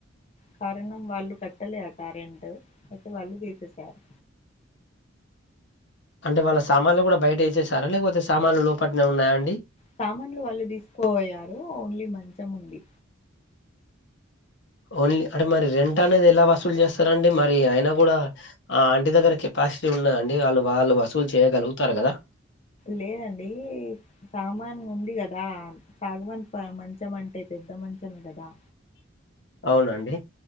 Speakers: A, on the left; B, on the left.
A: కారణం వాళ్లు కట్టలే అటారెంట్ అయితే వాళ్లు తీసేసారు
B: అంటే వాళ్ల సామాన్లు గూడ బయట ఏసేసారా లేకపోతే సామాన్లు లోపట్లే ఉన్నాయా అండి
A: సామాన్లు వాళ్లు దీసుకోపోయారు ఓన్లీ మంచం ఉంది
B: ఓన్లీ అంటే మరి రెంట్ అనేది ఎలా వసూలు జేస్తారండి మరి అయినా గూడ ఆ ఆంటి దగ్గర కెపాసిటీ ఉన్నదండి ఆళ్లు వాళ్లు వసూలు చేయగలుగుతారు గదా
A: లేదండీ సామాన్ ఉంది గదా సాగవన్ మంచం అంటే పెద్ద మంచమే గదా
B: అవునండి